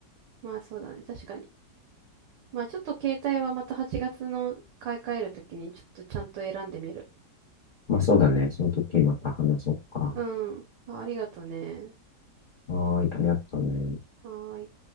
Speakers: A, on the right (about 90°); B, on the left (about 75°).
A: まあそうだね。確かに。まあちょっと携帯はまた8月の買い替えるときにちょっとちゃんと選んでみる。
B: まあ、そうだね。その時また話そうか。
A: うん。あ、ありがとね。
B: はーい、ありがとうね。
A: はーい。